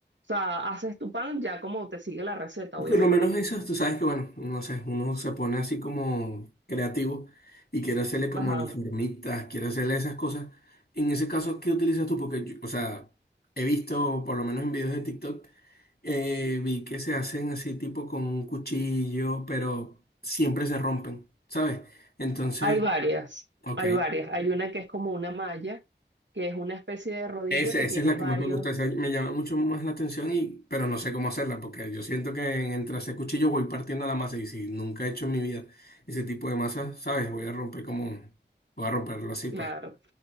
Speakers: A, on the right; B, on the left.
A: sea, haces tu pan ya como te sigue la receta, obviamente.
B: Por lo menos eso, tú sabes que, bueno, no sé, uno se pone así como creativo y quiere hacerle como
A: Ajá.
B: las formitas, quiere hacerle esas cosas. En ese caso, ¿qué utilizas tú? Porque, yo- o sea, he visto, por lo menos en videos de TikTok, eh, vi que se hacen así tipo con un cuchillo, pero siempre se rompen, ¿sabes? Entonces,
A: Hay varias,
B: ok.
A: hay varias. Hay una que es como una malla, que es una especie de rodillo
B: Esa,
A: que
B: esa
A: tiene
B: es la
A: varios
B: que más me gusta, esa me llama mucho más la atención, y, pero no sé cómo hacerla, porque yo siento que en- entre hacer cuchillos voy partiendo la masa, y si nunca he hecho en mi vida ese tipo de masa, ¿sabes? Voy a romper como, voy a romperlo así,
A: Claro.
B: pues.